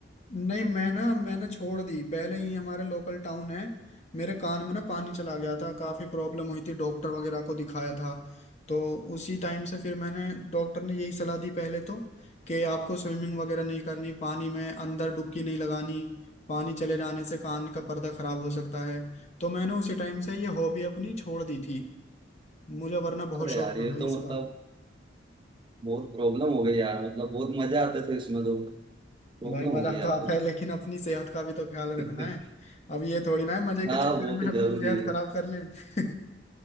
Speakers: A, on the left (about 35°); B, on the right (about 25°).
A: नहीं मैं ना मैंने छोड़ दी पहले ही हमारे लोकल टाउन है मेरे कान में ना पानी चला गया था काफी प्रॉब्लम हुई थी डॉक्टर वगैरह को दिखाया था तो उसी टाइम से फिर मैंने डॉक्टर ने यही सलाह दी पहले तो कि आपको स्विमिंग वगैरह नहीं करनी पानी में अंदर डुबकी नहीं लगानी पानी चले जाने से कान का पर्दा खराब हो सकता है तो मैंने उसी टाइम से ये हॉबी अपनी छोड़ दी थी मुझे वरना बहुत
B: अरे
A: शौक
B: यार ये
A: था भाई
B: तो
A: इसका
B: मतलब बहुत प्रॉब्लम हो गई यार मतलब बहुत मजा आते थे इसमें तो प्रॉब्लम
A: भाई
B: हो
A: मजा
B: गई यार
A: तो आता
B: तुम
A: है लेकिन अपनी सेहत का भी तो ख्याल
B: <laughs>
A: रखना है अब ये थोड़ी ना है मजे के
B: हाँ
A: चक्कर
B: वो तो
A: में अपनी
B: जरूरी
A: सेहत खराब कर लें <laughs>